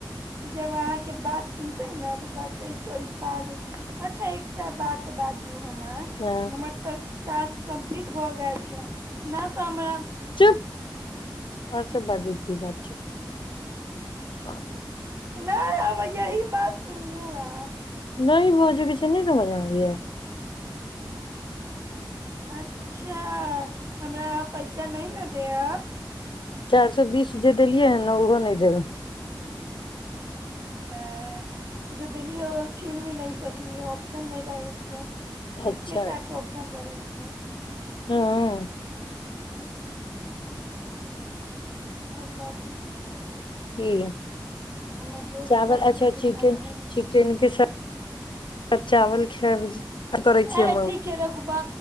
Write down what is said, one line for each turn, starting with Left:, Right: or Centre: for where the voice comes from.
Right: जब अहाँके बात सुनतय न तऽ कहतय ई छौरी पागल अच्छा एकटा बात बाजू हमर
Left: हँ,
Right: हमर तऽ टास्क कम्पलीट भऽ गैल छैय न तऽ हमरा
Left: चुप आओर सब बाजू की बात छैय?
Right: नहि अब यही बात सुनीयौ आँहां।
Left: नहि बजके छैय नहि समझ अबय या।
Right: अच्छा हमरा पैसा नहि न देअब?
Left: चारि सए बीस जे देलियै हन ने ओहो नहि देबै।
Right: आ ज देलियौ। छीन भी नहि सकलियै ऑप्शन नहि रहय छैय।
Left: अच्छा
Right: एके टा के ऑप्शन रहै। छैय।
Left: हँ
Right: आओर बाजू
Left: की
Right: हमर दोस्त
Left: चावल
Right: बड
Left: अच्छा
Right: चुनचुनिया
Left: चिकेन
Right: घूम
Left: चिकेन के सा चावल खैबे करै छी।
Right: ए ठीक छै रखू बा